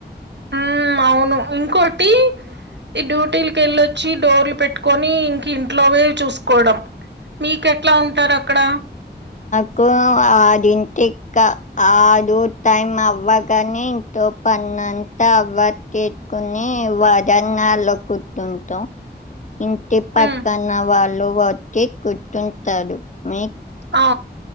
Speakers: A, on the right; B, on the left.
A: ఊ అవును ఇంకోటి ఈ డ్యూటీలకెళ్ళొచ్చి డోర్లు పెట్టుకొని ఇంక ఇంట్లోవే చూసుకోవడం మీక ఎట్లా ఉంటారు అక్కడ
B: ఆ ఆడింటి క ఆడు టైం అవ్వగని ఇంతో పన్ అంతా అవ తెత్కొని వరండలో కుత్తుంటం ఇంటి పక్కన
A: ఉమ్
B: వాళ్ళు వచ్చి కుర్తుంటారు మీ
A: ఆ